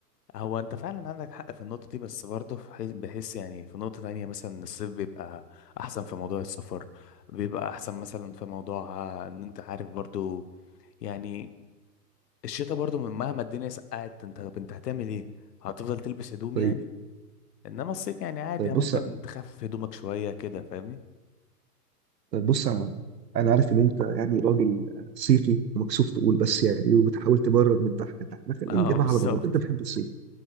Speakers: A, on the left (about 75°); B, on the right (about 80°).
A: هو انت فعلا عندك حق في النقطة دي بس برضه في حي- بحس يعني في نقطة تانية مثلا إن الصيف بيبقى احسن في موضوع السفر بيبقى احسن مثلا في موضوع آه، ان انت عارف برضه يعني الشتاء برضه مهما الدنيا سقعت انت طب انت هتعمل ايه هتفضل تلبس هدوم
B: طيب
A: يعني انما الصيف يعني عادي
B: طيب بص
A: ممكن تخفف هدومك شوية كده فاهمني
B: طيب بص يا معلم انا عارف ان انت يعني راجل صيفي ومكسوف تقول بس يعني إيه، وبتحاول تبرر من تحت لتحت ما خلينا
A: <laughs> اه
B: نجيبها
A: بالظبط
B: على بلاطه انت بتحب الصيف